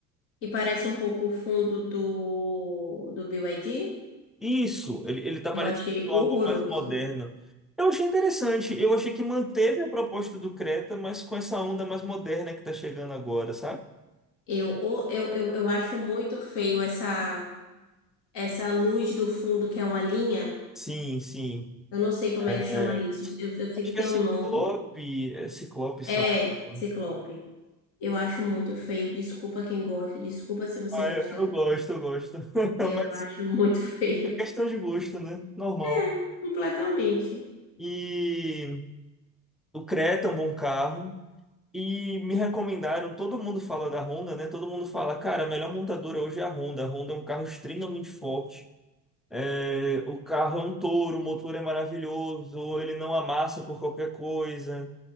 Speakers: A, on the left; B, in the centre.
A: E parece um pouco o fundo do, do BYD.
B: Isso, ele, ele tá parecendo
A: Eu achei
B: algo
A: horroroso.
B: mais moderno. Eu achei interessante. Eu achei que manteve a proposta do Creta, mas com essa onda mais moderna que tá chegando agora, sabe?
A: Eu, eu, eu, eu acho muito feio essa, essa luz do fundo, que é uma linha.
B: Sim, sim.
A: Eu não sei como
B: É,
A: é que chama isso. Eu, eu sei
B: acho
A: que tem
B: que é Ciclope.
A: um nome.
B: É Ciclope, se
A: É,
B: eu não
A: ciclope.
B: me engano.
A: Eu acho muito feio. Desculpa quem gosta. Desculpa se você
B: Ah,
A: gostar.
B: eu, eu gosto, eu gosto. <laughs>
A: Eu
B: Mas
A: acho muito <laughs> feio.
B: é questão de gosto, né? Normal.
A: É, completamente.
B: E o Creta é um bom carro. E me recomendaram, todo mundo fala da Honda, né? Todo mundo fala, cara, a melhor montadora hoje é a Honda. A Honda é um carro extremamente forte. É, o carro é um touro, o motor é maravilhoso, ele não amassa por qualquer coisa.